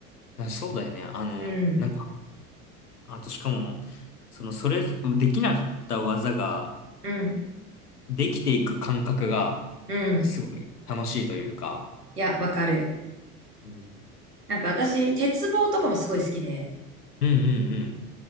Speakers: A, on the left; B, on the right.
A: あそうだよね。あの、
B: うん、
A: なんか、あとしかも、その、それぞ、できなかった技が、
B: うん、
A: できていく感覚が、
B: うん。
A: すごい楽しいというか、
B: いや、わかる。
A: うん、うん
B: なんか私、鉄棒とかもすごい好きで、
A: うんうん。